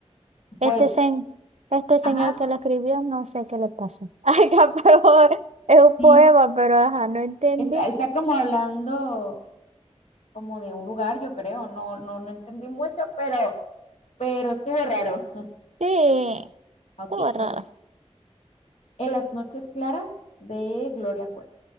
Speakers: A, on the right; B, on the left.
A: Este,
B: pues,
A: sen- este señor
B: ajá,
A: que lo escribió, no sé qué le pasó. <laughs> Ay, capaz es un
B: sí,
A: poema, pero ajá, no entendí.
B: está, está como hablando como de un lugar, yo creo, no, no, no entendí mucho, pero, pero estuvo raro.
A: Sí,
B: Ok,
A: estuvo raro.
B: me- en las noches claras de Gloria Fuerte.